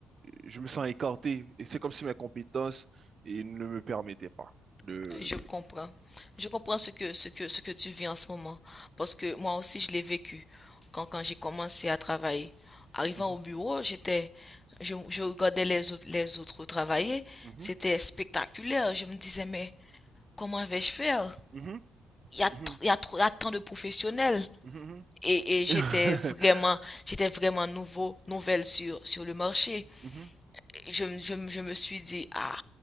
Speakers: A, on the right (about 50°); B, on the left (about 25°).
A: Je me sens écarté et c'est comme si mes compétences ils ne me permettaient pas de,
B: Je comprends. Je comprends ce que, ce que, ce que tu vis en ce moment. Parce que moi aussi, je l'ai vécu. Quand, quand j'ai commencé à travailler, arrivant
A: de...
B: au bureau, j'étais, je, je regardais les, autres- les autres travailler.
A: Mhm,
B: C'était spectaculaire. Je me disais, mais comment vais-je faire?
A: mhm,
B: il y a,
A: mhm,
B: tr- il y a tr- il y a tant de professionnels.
A: mhm,
B: Et, et j'étais
A: Ouais, mhm, <laughs>
B: vraiment, j'étais vraiment nouveau, nouvelle sur, sur le marché.
A: mhm,
B: Et Je, me- je, me je me suis dit, ah,